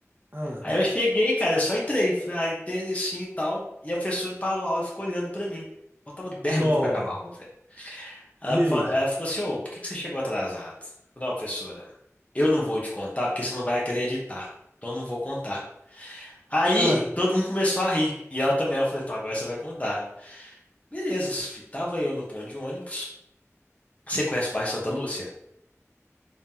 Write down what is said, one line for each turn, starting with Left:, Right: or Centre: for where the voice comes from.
Right: ah.
Left: Aí eu cheguei, cara, eu só entrei, falei, ah, entrei assim e tal. E a professora parou a aula e ficou olhando pra mim. Faltava dez
Right: Nó.
Left: minutos pra acabar a aula, velho. Ela,
Right: E aí?
Left: fa- ela ficou assim, ô, por que que você chegou atrasado? Eu falei, não, professora, eu não vou te contar porque você não vai acreditar. Então eu não vou contar. Aí
Right: Ah,
Left: todo mundo começou a rir. E ela também, ela falou, então agora você vai contar. Beleza, fi- tava eu no ponto de ônibus. Você conhece o bairro Santa Lúcia?